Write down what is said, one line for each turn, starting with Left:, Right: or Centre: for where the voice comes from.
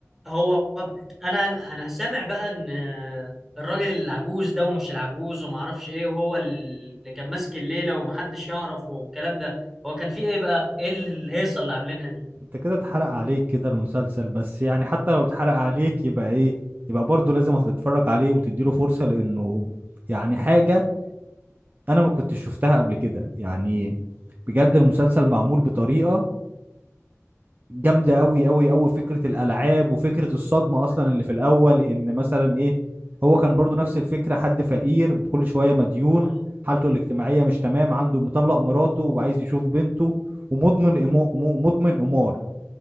Centre: هو انا انا سامع بقى ان الراجل العجوز ده ومش العجوز وما اعرفش ايه وهو اللي كان ماسك الليله ومحدش يعرف والكلام ده هو كان فيه ايه بقى ايه الهيصه اللي عاملينها دي
Right: انت كده اتحرق عليك كده المسلسل بس يعني حتى لو اتحرق عليك يبقى ايه يبقى برضه لازم هتتفرج عليه وتديله فرصة لانه يعني حاجة انا ما كنتش شفتها قبل كده يعني بجد المسلسل معمول بطريقة جامده قوي قوي قوي فكره الالعاب وفكره الصدمه اصلا اللي في الاول ان مثلا ايه هو كان برضو نفس الفكره حد فقير كل شويه مديون
Centre: اه
Right: حالته الاجتماعيه مش تمام عنده مطلق مراته وعايز يشوف بنته ومدمن إمو- مو- مدمن قمار